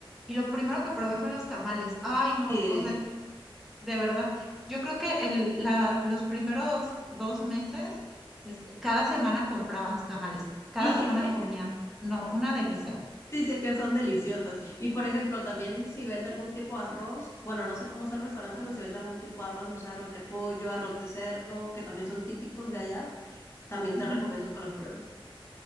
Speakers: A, in the centre; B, on the left.
A: Y lo primero que probé fueron los tamales. Ay, no,
B: Sí.
A: o sea, de verdad. Yo creo que el, la, los primeros dos meses, este, cada semana compraba tamales, cada
B: <laughs>
A: semana comía. No, una delicia.
B: Sí, sí, es que son deliciosos. Y por ejemplo, también si vende algún tipo de arroz, bueno, no sé cómo es el restaurante, pero si vende algún tipo de arroz, no sé, arroz de pollo, arroz de cerdo, que también son típicos de allá, también
A: Ujú.
B: te recomiendo que los pruebes.